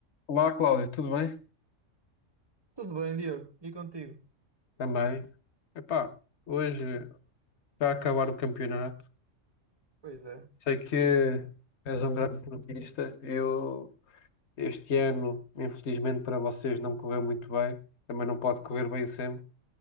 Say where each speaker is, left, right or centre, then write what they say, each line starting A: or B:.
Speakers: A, on the left (about 60°); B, on the right (about 25°).
A: Olá, Cláudio, tudo bem?
B: Tudo bem, Diogo? E contigo?
A: Também. Epá, hoje está a acabar o campeonato.
B: Pois é,
A: Sei que és um grande portista. Eu, este ano, infelizmente para vocês, não correu muito bem. Também não pode correr bem sempre.